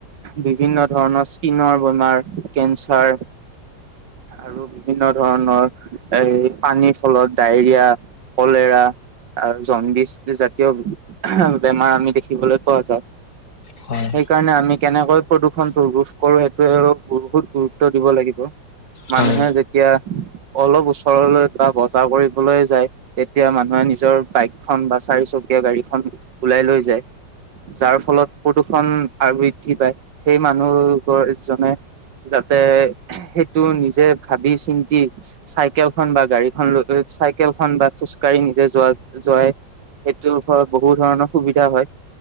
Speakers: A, on the right (about 75°); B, on the left (about 60°).
A: বিভিন্ন ধৰণৰ স্কিনৰ বেমাৰ, কেন্ঞ্চাৰ। আৰু বিভিন্ন ধৰণৰ। এই পানীৰ ফলত, ডায়েৰিয়া, কলেৰা আৰু জণ্ডিছ। জাতীয় বেমাৰ আমি দেখিবলৈ পোৱা যাওঁ,
B: হয় হয়
A: সেইকাৰণে আমি। কেনেকৈ প্ৰদূষণটো ৰোধ কৰো, সেইটো বহুত গুৰুত্ব দিব লাগিব, মানুহে
B: হয়
A: যেতি কিয়? অলপ, ওচৰলৈ বা বজাৰ কৰিবলৈ যায়, তেতিয়া মানুহে নিজৰ বাইক খন বা চাৰি, চকীয়া গাড়ীখন ওলাই লৈ যায়। যাৰ ফলত প্ৰদূষণ আৰু বৃদ্ধি পায়, সেই মানুহৰ এজনে। যাতে সেইটো, নিজে ভাবি চিন্তি। চাইকেলখন বা গাড়ীখন, লৈ লৈ চাইকেল খন বা খোজকাঢ়ি নিজে যোৱা, যোৱাই। সেইটো ওপৰত বহু ধৰণৰ সুবিধা হয়।